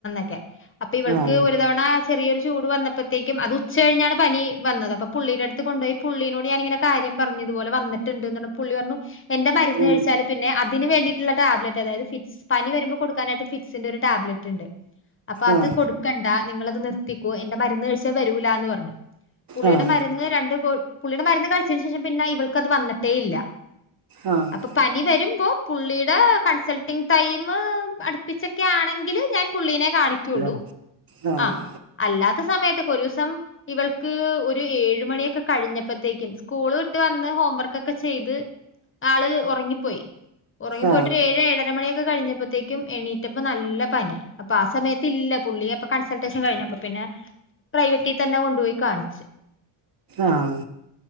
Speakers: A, on the left; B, on the right.
A: കൊടുക്കണംന്നൊക്കെ അപ്പൊ ഇവൾക്ക്
B: ആ
A: ഒരു തവണ ചെറിയൊരു ചൂട് വന്നപ്പോഴത്തേക്കും അത് ഉച്ച കഴിഞ്ഞാണ് പനി വന്നത് അപ്പൊ പുള്ളിയുടെ അടുത്ത് കൊണ്ടുപോയി പുള്ളിനോട് ഞാനിങ്ങനെ കാര്യ പറഞ്ഞതുപലെ വന്നിട്ടുണ്ട് എന്ന പുള്ളി പറഞ്ഞു എന്റെ മരുന്ന്
B: ഉം
A: കഴിച്ചാല് പിന്നെ ഇതിന് വേണ്ടിയിട്ടുള്ള ടാബ്ലറ്റ് അതായത് ഫിറ്റ്സ് പനി വരുമ്പോൾ കൊടുക്കാനായിട്ട് ഫിറ്റ്സിന്റെ ഒരു ടാബ്ലറ്റ് ഉണ്ട് അപ്പൊ അത്
B: ആഹ്
A: കൊടുക്കണ്ട നിങ്ങത് നിർത്തിക്കൂ എന്റെ മരുന്ന് കഴിച്ച വരൂലന്ന് പറഞ്ഞഞ് പുള്ളിയുടെ
B: ആഹ്
A: മരുന്ന് രണ്ട് തു പുള്ളിയുടെ മരുന്ന് കഴിച്ചേന് ശേഷം പിന്നെ ഇവൾ ക്കത് വന്നിട്ടേ ഇല്ല
B: ആഹ്
A: അപ്പൊ പനി വരും പുള്ളിയുടെ കൺസൾട്ടിങ് ടൈം അടുപ്പിച്ചൊക്കെ ആണെങ്കിൽ പുള്ളീനെ കാണിക്കുള്ളൂ.
B: ല്ല ആഹ്
A: ആ അല്ലാത്ത സമയത്ത് ഒരു ദിവസം ഇവൾക്ക് ഒരു ഏഴ മണിയൊക്കെ കഴിഞ്ഞപ്പോത്തേക്കും സ്കൂള് വിട്ട് വന്ന് ഹോം വർക്കൊക്കെ ചെയ്ത് ആള് ഉറങ്ങിപ്പോയി ഉറങ്ങിപ്പോയിട്ട്
B: ആഹ്
A: ഏഴ ഏഴര മണിയക്കെ കഴിഞ്ഞപ്പോഴത്തേക്കും എണീറ്റപ്പോ നല്ല പനി അപ്പൊ ആ സമയത്ത് ല്ല പുള്ളി അ വെക്കേഷൻ കഴിഞ്ഞപ്പ പിന്നെ പ്രൈവറ്റി തന്നെ കൊണ്ടുപോയി കാണിച്ച്.
B: ആഹ